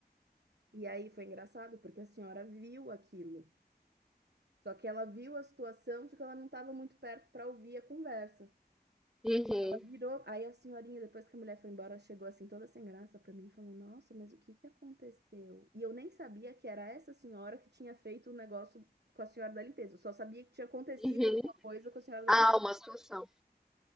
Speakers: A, on the right; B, in the centre.
A: E aí foi engraçado, porque a senhora viu aquilo. Só que ela viu a situação, só que ela não estava muito perto para ouvir a conversa.
B: Uhum.
A: Virou. Aí a senhorinha, depois que a mulher foi embora, chegou assim toda sem graça pra mim e falou: Nossa, mas o que que aconteceu? E eu nem sabia que era essa senhora que tinha feito o negócio com a senhora da limpeza. Eu só sabia que tinha acontecido
B: Uhum.
A: alguma coisa com a senhora da
B: Ah,
A: limpeza.
B: uma situação.